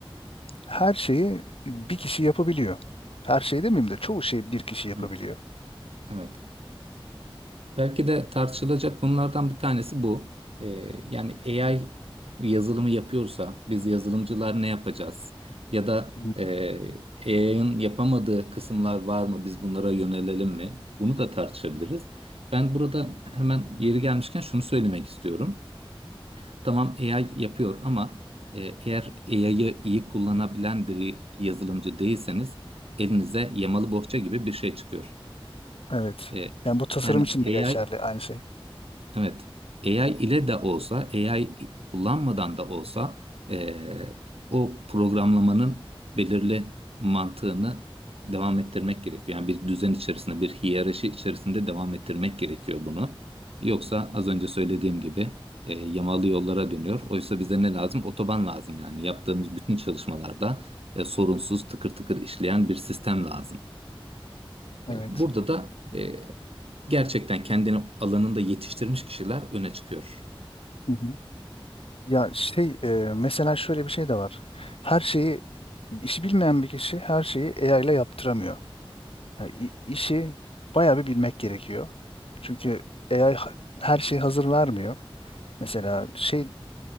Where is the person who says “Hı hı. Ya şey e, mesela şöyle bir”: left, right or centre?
Left